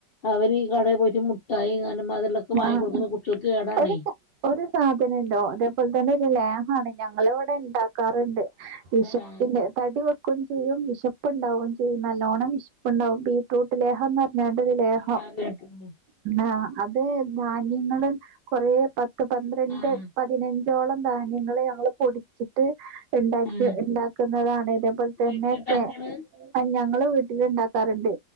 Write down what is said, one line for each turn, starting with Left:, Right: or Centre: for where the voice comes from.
Left: അവര് ഈ കടയിൽ പോയിട്ട് മുട്ടായി ഇങ്ങനെ മധുരള്ള ഒക്കെ വാങ്ങി
Right: ആ
Left: കൊടുക്കുമ്പം കുട്ടികൾക്ക് കേടാണേ
Right: ഒരു സ- ഒരു സാധനണ്ടോ അതേപോലെ തന്നെ ഒരു ലേഹാണ് ഞങ്ങള് ഇവിടെ ഉണ്ടാക്കാറുണ്ട് വിശപ്പന്റെ
Left: ആഹ്
Right: തടി <unintelligible> വെക്കും ചെയ്യും വിശപ്പുണ്ടാവും ചെയ്യും നല്ലോണ്ണം വിശപ്പുണ്ടാവും ബീറ്റ്റൂട്ട് ലേഹം വേണ്ടതിലേഹം
Left: ആഹ് കേട്ട്ക്ക്ണു
Right: ആഹ് അത് ധാന്യങ്ങൾ കുറേ പത്ത് പന്ത്രണ്ട്
Left: ആഹ്
Right: പതിനഞ്ചോളം ധാന്യങ്ങള് നമ്മള് പൊടിച്ചിട്ട് ഉണ്ടാക്കി
Left: ആഹ്
Right: ഉണ്ടാക്കുന്നതാണ് ഇതേപോലെ തന്നെ
Left: വീട്ടിലുണ്ടാക്കാണ്
Right: ആഹ് ഞങ്ങളെ വീട്ടില് ഉണ്ടാക്കാറുണ്ട്